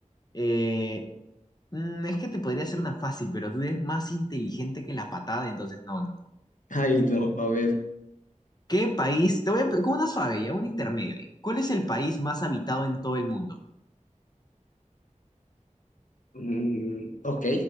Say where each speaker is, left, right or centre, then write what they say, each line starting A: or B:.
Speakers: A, on the left (about 30°); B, on the left (about 75°).
A: Eh, mm, es que te podría hacer una fácil, pero tú eres más inteligente que la patada, entonces no, no, no.
B: Ay, no, a ver.
A: ¿Qué país? Te voy a con una suave ya, un intermedio ahí. ¿Cuál es el país más habitado en todo el mundo?
B: Mm, ok,